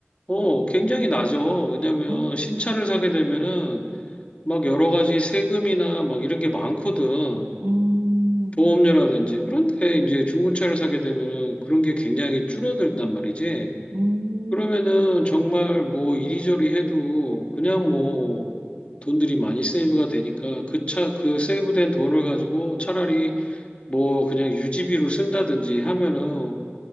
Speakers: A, on the left; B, on the right.
A: 어, 굉장히 낮죠. 왜냐면
B: 음,
A: 신차를 사게 되면은 막 여러 가지 세금이나 막 이런 게 많거든.
B: 음,
A: 보험료라든지. 그런데 이제 중고차를 사게 되면은 그런 게 굉장히 줄어들단 말이지.
B: 음,
A: 그러면은 정말 뭐 이리저리 해도 그냥 뭐 돈들이 많이 세이브가 되니까 그 차, 그 세이브된 돈을 가지고 차라리 뭐 그냥 유지비로 쓴다든지 하면은